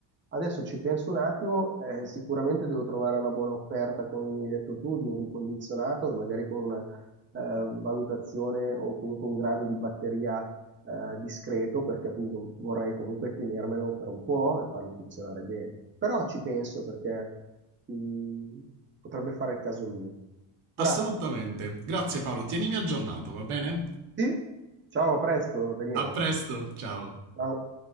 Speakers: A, on the right (about 25°); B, on the right (about 85°).
A: Adesso ci penso un attimo, eh, sicuramente devo trovare una buona offerta, come mi hai detto tu, di un ricondizionato e magari con una eh, valutazione o comunque un grado di batteria eh, discreto, perché appunto vorrei comunque tenermelo per un po' e farlo funzionare bene. Però ci penso perché mm, potrebbe fare il caso mio. Grazie.
B: Assolutamente. Grazie Paolo, tienimi aggiornato, va bene?
A: Sì? Ciao, a presto, Daniele.
B: A presto, ciao.
A: Ciao.